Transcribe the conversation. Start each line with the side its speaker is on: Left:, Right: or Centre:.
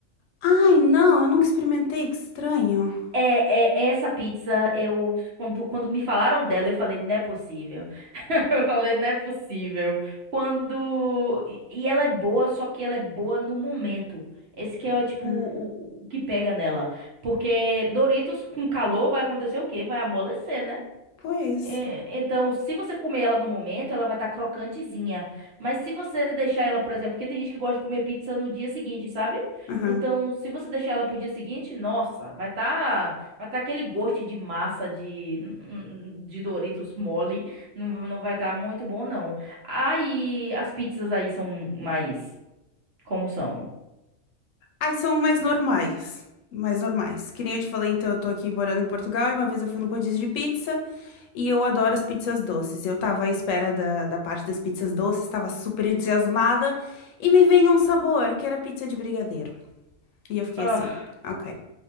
Left: Ai, não, eu nunca experimentei, que estranho.
Right: É, é- essa pizza, eu quando, quando me falaram dela, eu falei, não é possível. <laughs> Eu falei, não é possível. Quando e e ela é boa, só que ela é boa no momento. Esse que é tipo
Left: Ah,
Right: o, o o que pega nela, porque Doritos com calor vai acontecer o quê? Vai amolecer, né?
Left: Pois.
Right: É, então, se você comer ela no momento, ela vai estar crocantezinha. Mas se você deixar ela, por exemplo, porque tem gente que gosta de comer pizza no dia seguinte, sabe?
Left: aham.
Right: Então, se você deixar ela pro dia seguinte, nossa, vai estar, vai tá aquele gosto de massa de, hum, de Doritos mole, não, não vai estar muito bom, não. Aí, as pizzas aí são mais como são?
Left: Aí são mais normais. Mais normais. Que nem eu te falei, então eu tô aqui morando em Portugal e uma vez eu fui no rodízio de pizza e eu adoro as pizzas doces. Eu tava à espera da, da parte das pizzas doces, tava super entusiasmada e me veio um sabor que era pizza de brigadeiro. E eu fiquei
Right: Ah,
Left: assim, ok.